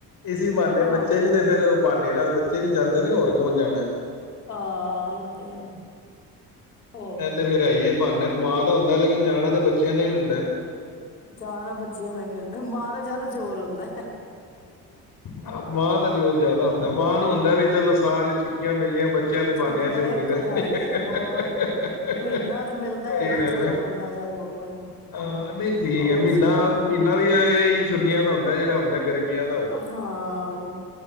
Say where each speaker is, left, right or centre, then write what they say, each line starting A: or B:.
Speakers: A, on the left; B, on the left.
A: ਇਸ ਬਣਨੇ
B: ਹਾਂ
A: ਬੱਚੇ ਵੀ ਤੇ ਫੇਰ ਬਹਾਨੇ ਨਾਲ ਬੱਚੇ ਵੀ ਜਾਂਦੇ ਨੇ ਹੋਰ ਕੌਣ ਜਾਣਾ
B: ਆਾ ਉਹ ਤੇ ਹੋਰ
A: ਆ ਤੇ ਫੇਰ ਆਈਏ ਬਾਨਾ ਮਾਂ ਦਾ ਹੁੰਦਾ ਲੇਕਿਨ ਜਾਣਾ ਤੇ ਬੱਚਿਆਂ ਦਾ ਵੀ ਹੁੰਦਾ ਐ।
B: ਚਾਅ ਨਾਲ ਬੱਚਿਆਂ ਨੇ ਵੀ ਆੁੰਦਾ ਮਾਂ ਦਾ ਯਾਰ ਜ਼ੋਰ ਹੁੰਦਾ।
A: ਹਾ ਮਾਂ ਦਾ ਜ਼ੋਰ ਜਿਆਦਾ ਹੁੰਦਾ ਏ। ਮਾਂ ਨੂੰ ਹੁੰਦਾ ਵੀ ਚਲੋ ਸਾਲ ਛੁੱਟੀਆਂ ਮਿਲੀਆਂ ਬੱਚਿਆਂ ਦੇ
B: ਛੁੱਟੀਆਂ
A: ਬਾਨਿਆਂ ਚ
B: ਇੱਕ
A: ਨਿਕਲ
B: ਪੈਣੀਆਂ
A: ਸਹੀ
B: ਹੋਰ ਮਹੀਨਾ ਤਾਂ ਮਿਲਦਾ ਹੈ ਕਿ
A: ਗੱਲ
B: ਚਲੋ ਬੰਦਾ ਚੱਲ ਹੋ ਆਂਦਾ
A: ਹਾਂ ਨਹੀਂ ਠੀਕ
B: ਹੋਰ
A: ਹੈ ਮਹੀਨਾ
B: ਸੁਣਾ
A: ਮਹੀਨਾ ਵੀ ਇਹੀ ਛੁੱਟੀਆਂ ਦਾ ਹੁੰ। ਜਿਹੜਾ ਹੁੰਦਾ ਗਰਮੀਆਂ ਦਾ ਉਹ
B: ਹਾਂ